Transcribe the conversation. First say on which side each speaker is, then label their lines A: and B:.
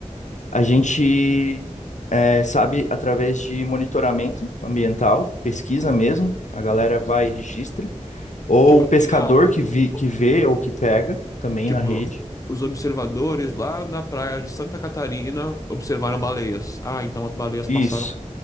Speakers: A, on the left (about 75°); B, on the left (about 25°).
A: A gente é, sabe através de monitoramento ambiental, pesquisa mesmo, a galera vai e registra, ou
B: Tipo
A: o pescador
B: assim, ah, o-
A: que,
B: o-
A: vi, que vê ou que pega também
B: tipo,
A: na rede.
B: os observadores lá na praia de Santa Catarina observaram baleias. Ah, então as baleias passaram.
A: Isso,